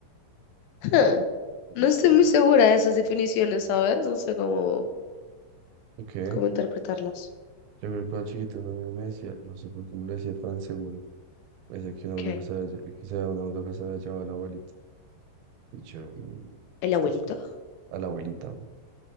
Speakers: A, on the left; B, on the right.
A: Huh.
B: Mm,
A: No estoy
B: mm,
A: muy segura de esas definiciones, ¿sabes? No sé cómo,
B: Ok, yo
A: cómo interpretarlas.
B: creo que cuando chiquito un amigo me decía, no sé por qué me lo decía tan seguro, me decía que una
A: ¿Qué?
B: bruja se había, lle- que se- una bruja se había llevado a la abuelita. Y yo, "Mm,
A: ¿El
B: estás
A: abuelito?
B: con a la abuelita, güey".